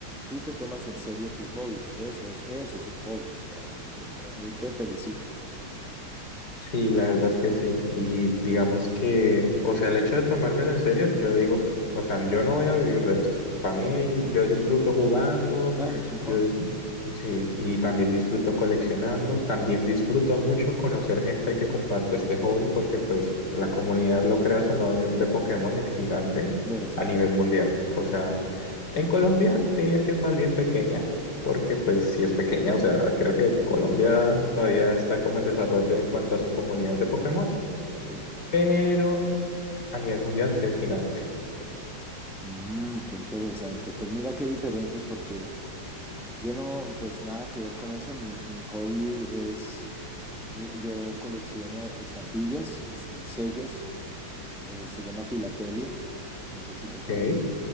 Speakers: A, in the centre; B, on the left.
A: Tú te tomas en serio tus hobbies. Eso es, eso es un hobby. O sea, eh, ahí te felicito.
B: Sí, la verdad es que sí. Y digamos que, o sea, el hecho de tomármelo en serio, yo digo que, o sea, yo no voy a vivir de esto. Para mí, yo disfruto jugando,
A: Claro, es un hobby.
B: yo, dis- sí, y también disfruto coleccionando, también disfruto mucho conocer gente que comparte este hobby, porque pues la comunidad, lo creas o no, de, de Pokémon es gigante
A: Debe ser.
B: a nivel mundial. O sea, en Colombia te diría que es más bien pequeña, porque pues sí es pequeña, o sea, creo que Colombia todavía está como en desarrollo en cuanto a su comunidad de Pokémon,
A: Sí.
B: pero a nivel mundial sí es gigante.
A: Mm, qué interesante. Pues mira qué diferencias, porque yo no, pues nada que ver con eso. Mi, mi hobby es, yo colecciono estampillas, es- sellos, eh, se llama filatelia. No sé si
B: Ok.
A: lo sabes.